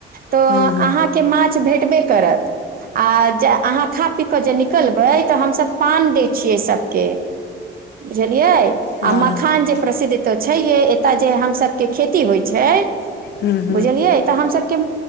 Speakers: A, on the right; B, on the left.
A: तऽ
B: हूँ हूँ
A: अहाँके मा किछ भेटबे करत आ ज अहा खापि क जे निकलबै त हम सब पान दै छियै सबके बुझलियाय आ
B: हँ
A: मखान जे प्रसिद्ध तऽ छै हे एतय जे हमसबके खेती होइ छै
B: हूँ हूँ
A: बुझलियै तऽ हमसबके